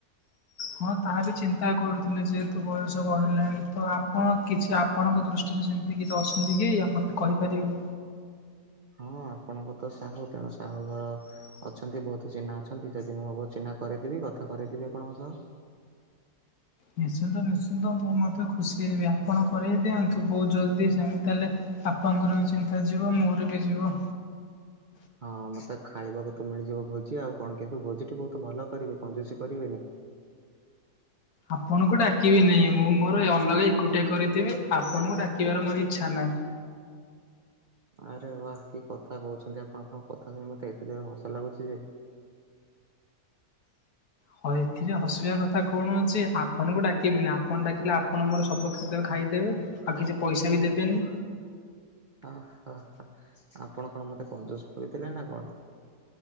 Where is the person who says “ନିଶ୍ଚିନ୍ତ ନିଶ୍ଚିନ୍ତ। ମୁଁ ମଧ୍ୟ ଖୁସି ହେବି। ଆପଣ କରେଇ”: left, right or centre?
Left